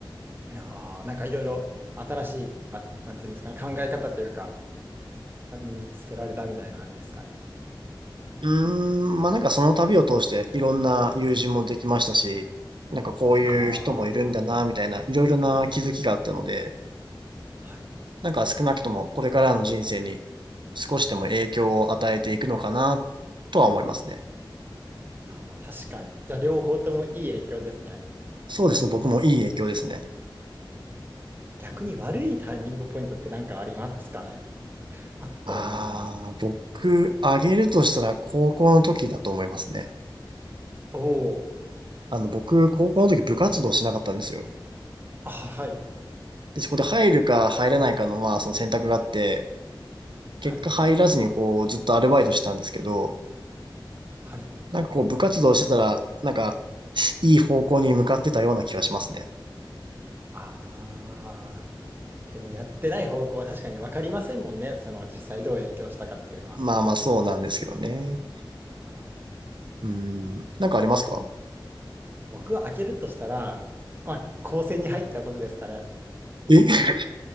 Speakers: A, on the right (about 25°); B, on the right (about 65°).
A: ああ、なんかいろいろ新しい、まあ、なんていうんですかね、考え方というか、が身につけられたみたいなあれですかね。
B: うーん、まあなんかその旅を通していろんな友人もできましたし、なんかこういう人もいるんだな、
A: ああ、
B: みたいな、いろいろな気づきがあったので、
A: はい。
B: なんか少なくともこれからの人生に少しでも影響を与えていくのかなとは思いますね。
A: ああ、確かに。じゃあ両方ともいい影響ですね。
B: そうですね。僕もいい影響ですね。
A: 逆に悪いターニングポイントって何かありますかね。あっただろうかな。
B: ああ、僕、あげるとしたら高校の時だと思いますね。
A: おお、
B: あの、僕、高校の時部活動しなかったんですよ。
A: あ、はい。
B: で、そこで入るか入らないかの、まあ、その選択があって、結果入らずにこう、
A: はい。
B: ずっとアルバイトしてたんですけど、
A: はい。
B: なんかこう、部活動してたら、なんか、いい方向に向かってたような気がしますね。
A: ああ、でもやってない方向は確かに分かりませんもんね。その実際どう影響したかっていうのは。
B: まあまあ、そうなんですけどね。
A: あ
B: うん。なんかありますか
A: あ。僕は開けるとしたら、まあ、高専に入ったことですかね。
B: え <laughs>